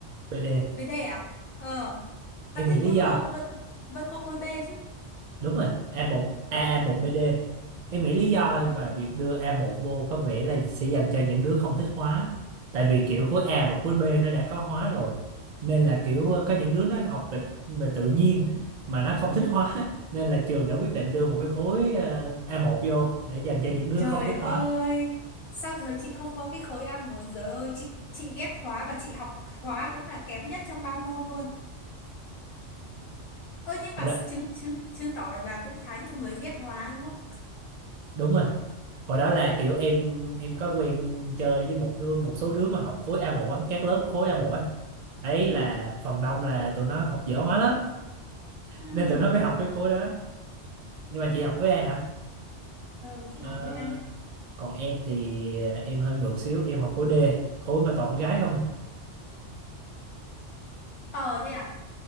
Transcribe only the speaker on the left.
Với D à? Ờ. À
thế
khối
có vẫn vẫn có khối B chứ.
Ờ.
Ừ.
Trời
ơi,
sao thời chị không có cái khối a một giờ ơi, chị chị ghét hóa và chị học hóa cũng là kém nhất trong ba môn luôn. Ơ nhưng mà
chứng chứng chứng tỏ là cũng khá nhiều người ghét hóa đúng không?
Ừ.
Ừ.
Ừ, chị
học khối A.
Ờ thế à?